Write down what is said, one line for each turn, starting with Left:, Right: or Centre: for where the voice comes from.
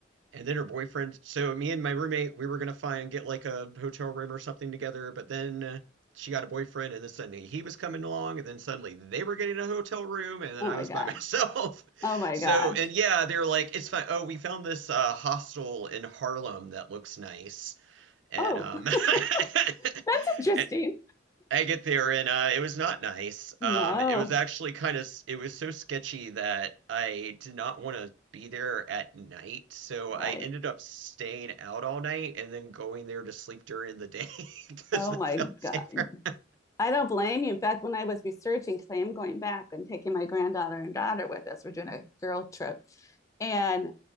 Right: and then her boyfriend. So me and my roommate, we were gonna find get like a hotel room or something together, but then uh, she got a boyfriend, and then suddenly he was coming along, and then suddenly they were getting a hotel room, and then
Left: Oh
Right: I
Left: my
Right: was
Left: gosh.
Right: by myself. <laughs>
Left: Oh my
Right: So
Left: gosh.
Right: and yeah, they're like, it's fine. Oh, we found this uh, hostel in Harlem that looks nice, and
Left: Oh,
Right: um,
Left: <laughs>
Right: <laughs>
Left: that's interesting.
Right: and I get there and uh, it was not nice.
Left: No,
Right: Um, it was actually kind of it was so sketchy that I did not want to be there at night, so
Left: right.
Right: I ended up staying out all night and then going there to sleep during the day <laughs> because
Left: Oh
Right: that
Left: my
Right: felt
Left: god.
Right: safer.
Left: I don't blame you. In fact, when I was researching, because I am going back and taking my granddaughter and daughter with us, we're doing a girl trip. And